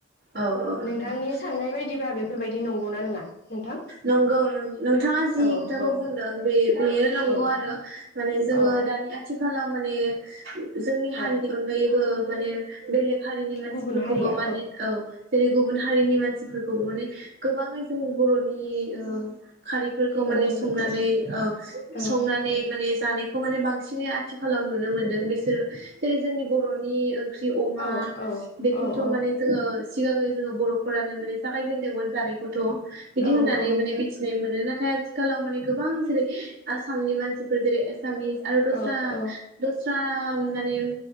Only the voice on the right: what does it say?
औ औ नोंथां
नंगौ नोंथाङा जि
खोथाखौ
बुंदों बे बेयो नंगौ
आरो माने जोङो
दानि आथिखालाव माने जोंनि हारिनि
अनगायैबो माने बेलेग हारिनि मानसिफोरखौबो
माने औ जेरै गुबुन हारिनि मानसि फोरखौबो ने गोबाङै जोंनि बर'नि ओ खारैफोरखौ माने
संनानै ओ
संनानै माने जानायखौ माने बां सिनि आथिखालाव नुनो मोनदों बिसोरो जेरै जोंनि बर'नि ओं ख्रि अमा
बेखौथ
माने जोङो सिगाङै जोङो बरफोरानो माने जाखायजेनदोंमोन जानायखौथ बिदि
होननानै
माने मिथिनाय मोनो नाथाय आथिखालाव माने गोबां जेरै आसामनि मानसिफोर जेरै सामिस आरो गोस्रा
दस्रा माने